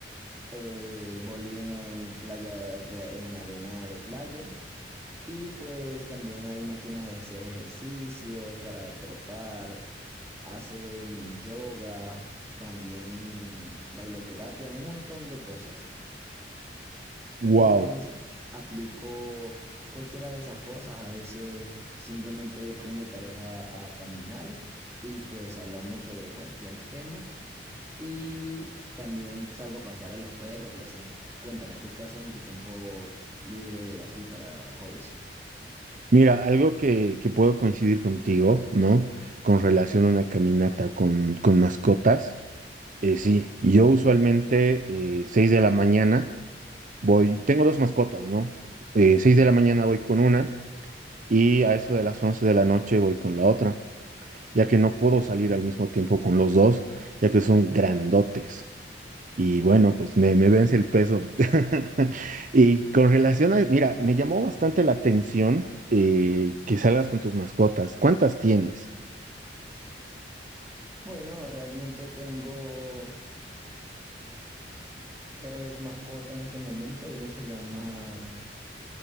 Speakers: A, on the right; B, on the right.
A: eh, vóley en, en playa, de, en arena de playa. Y pues también hay máquinas de hacer ejercicio para trotar, hacen yoga, también bailoterapia, un montón de cosas.
B: Wow.
A: Entonces aplico cualquiera de esas cosas. A veces simplemente voy con mi pareja a caminar y pues hablamos sobre cualquier tema. Y también salgo a pasear a los perros y así. Cuéntame, ¿tú qué haces en tu tiempo libre de así para hobbies?
B: Mira, algo que, que puedo coincidir contigo, ¿no? Con relación a una caminata con, con mascotas. eh, sí, yo usualmente eh, 6 de la mañana voy, tengo dos mascotas, ¿no? Eh, 6 de la mañana voy con una y a eso de las 11 de la noche voy con la otra. ya que no puedo salir al mismo tiempo con los dos, ya que son grandotes. Y bueno, pues me, me vence el peso. <laughs> Y con relación a, mira,
A: Sí,
B: me llamó
A: sí.
B: bastante la atención eh, que salgas con tus mascotas. ¿Cuántas tienes?
A: Bueno, realmente tengo tres mascotas en este momento. Uno se llama